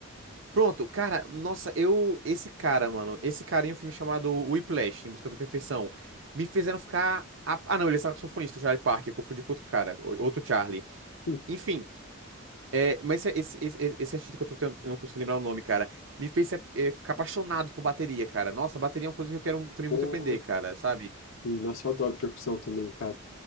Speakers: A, on the right; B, on the left.
A: Pronto, cara. Nossa, eu. Esse cara, mano. Esse cara em um filme chamado Whiplash, Em Busca da Perfeição. Me fizeram ficar. a- Ah, não, ele é saxofonista, o Charlie Parker. eu Confundi com outro cara, o- outro Charlie.
B: Sim.
A: Enfim. É, mas é esse, esse, esse, esse artista que eu tô tendo, eu não consigo lembrar o nome, cara, me fez eh, ficar apaixonado por bateria, cara. Nossa, bateria é uma coisa que eu quero também
B: Pô,
A: muito aprender, cara, sabe?
B: sim. Nossa, eu adoro percussão também, cara.